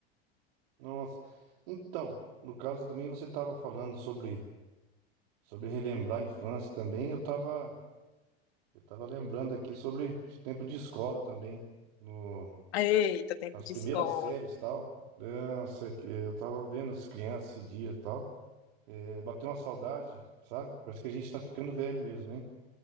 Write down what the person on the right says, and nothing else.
Nossa. Então, no caso também você estava falando sobre, sobre relembrar a infância também. Eu estava eu estava lembrando aqui sobre o tempo de escola também, no,
nas
primeiras
séries e tal. Nossa, que eu estava vendo as crianças esse dia e tal. É, bateu uma saudade, sabe? Parece que a gente está ficando velho mesmo, hein?